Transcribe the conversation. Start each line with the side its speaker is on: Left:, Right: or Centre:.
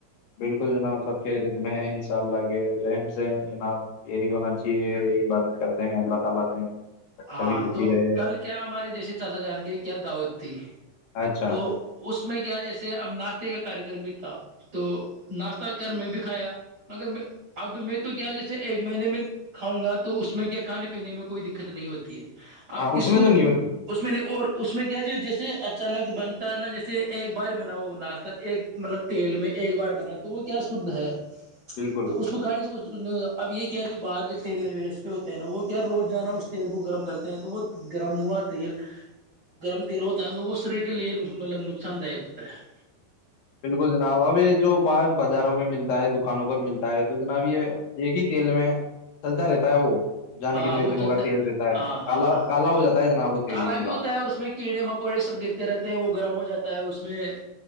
Left: بلکل جناب سب خیریت میں انشاءاللہ اگے ذہن سے جناب یہی ہونا چاہیے عبادت کرتے ہیں اللہ تعالی سے
Right: ہاں
Left: سبھی خوشی
Right: تو
Left: رہے
Right: کل کیا ہمارے جیسے چاچا جان کے کیا دعوت تھی
Left: اچھا
Right: تو اس میں کیا جیسے اب ناشتے کار کررم بھی تھا تو ناشہ کر میں بھی کھایا مگر اب میں تو کیا جیسے ایک مہینے میں خواہ گا تو اس میں کیا کھانے پینے میں کوئی د قت نہیں ہوتی ہے اب
Left: ہاں
Right: اس
Left: میں
Right: کو
Left: تو نہیں ہوتی
Right: اس میں نہیں اور اس میں کیا جیے جیسے ا چنک بنتا ہے نا جیسے ایک بار بنا ہو وہ ناشتہ ایک مطلب تیل میں ایک بار بنا تو وہ کیا شدھ ہے
Left: بالکل
Right: تو اس کو کھانے سے کچھ کچھ اب یہ کیا جو باہر کے پھیلے ہوئے اس پہ ہوتے نا وہ کیا روز جانا اس تیل کو گرم کرتے ہیں تو وہ گرم ہوا تیل گرم تیل ہوتا ہے تو وہ شریع کے لیے نقصان داک ہوتا ہے
Left: بلکل جناب اب یہ جو باہر بازاروں میں ملتا ہے دکانوں پر ملتا ہے تو جناب یہ ایک ہی تیل میں چلتا رہتا ہے وہ جانے
Right: ہاں
Left: کتنے
Right: وہ
Left: دنوں
Right: چلتا
Left: کا تیل رہتا ہے
Right: ہاں ہاں
Left: کالا
Right: ہاں
Left: کالا ہو جاتا ہے جناب وہ تیل
Right: کالا
Left: ہی پورا
Right: بھی ہوتا ہے اور اس میں کیڑے مکوڑے سب گرتے رہتے ہیں وہ گرم ہو جاتا ہے اس اس میں